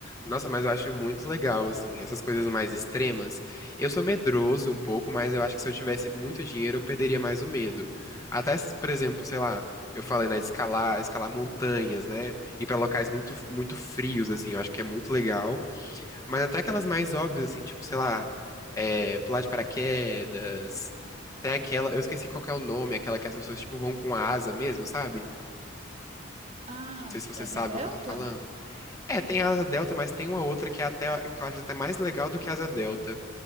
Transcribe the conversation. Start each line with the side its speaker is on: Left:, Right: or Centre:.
Left: Nossa, mas eu acho muito legal, assim, essas coisas mais extremas. Eu sou medroso um pouco, mas eu acho que se eu tivesse muito dinheiro, eu perderia mais o medo. Até, se, por exemplo, sei lá, eu falei, né, de escalar, escalar montanhas, né? Ir pra locais muito, muito frios, assim, eu acho que é muito legal. Mas até aquelas mais óbvias, assim, tipo, sei lá, é, pular de paraquedas. Tem aquela, eu esqueci qual que é o nome, aquela que as pessoas, tipo, vão com a asa mesmo, sabe?
Right: Ah,
Left: Não sei se você
Right: asa
Left: sabe
Right: delta?
Left: o que eu tô falando. É, tem a asa delta, mas tem uma outra que é até que eu acho até mais legal do que a asa delta,